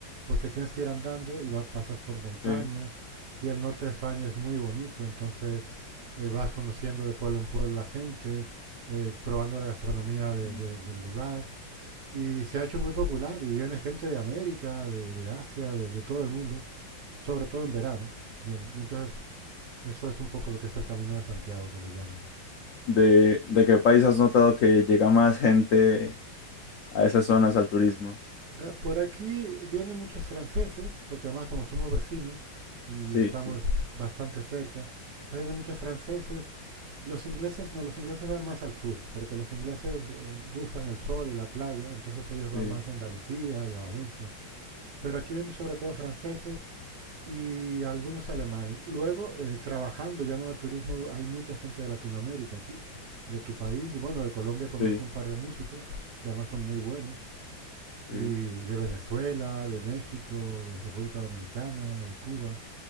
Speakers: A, on the right; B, on the left.
A: porque tienes que ir andando y va, pasas por montañas.
B: sí.
A: Y el norte de España es muy bonito, entonces eh, vas conociendo de pueblo en pueblo a gente, eh, probando la gastronomía
B: ajá.
A: de- de- del lugar. Y se ha hecho muy popular y viene gente de América, de, de Asia, de, de todo el mundo, sobre todo en verano. Viene. Y entonces eso es un poco lo que es el Camino de Santiago que le llaman.
B: ¿De, de qué país has notado que llega más gente a esas zonas al turismo?
A: Eh, por aquí vienen muchos franceses, porque además como somos vecinos y
B: Sí,
A: estamos
B: sí,
A: bastante cerca, entonces vienen muchos franceses. Los ingleses no, los ingleses van más al sur, porque los ingleses eh, buscan el sol y la playa, entonces ellos van
B: sí,
A: más a Andalucía y a Valencia. Pero aquí vienen sobre todo franceses y algunos alemanes. Luego, eh, trabajando ya no de turismo, hay mucha gente de Latinoamérica aquí, de tu país. Bueno, de Colombia conozco
B: sí,
A: un par de músicos que además son muy buenos
B: sí.
A: y de Venezuela, de México, de República Dominicana, de Cuba.